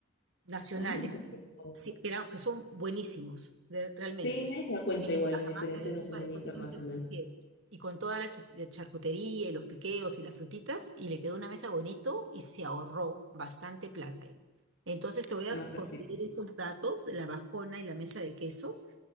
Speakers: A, on the right (about 65°); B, on the left (about 60°).
A: nacionales.
B: Ah, perfecto.
A: sí, que, eran- que son buenísimos, de- realmente.
B: Sí, nadie se da cuenta
A: Tienes
B: igual
A: de Cajamarca,
B: de la diferencia
A: del
B: nacional
A: Tupa, de todos
B: e internacional.
A: sitios donde te pides. Y con toda la chu- la charcutería y los piqueos y las frutitas, y le quedó una mesa bonito y se ahorró bastante plata ahí. Entonces te voy a
B: Ah, perfecto.
A: conseguir esos datos, la bajona y la mesa de quesos,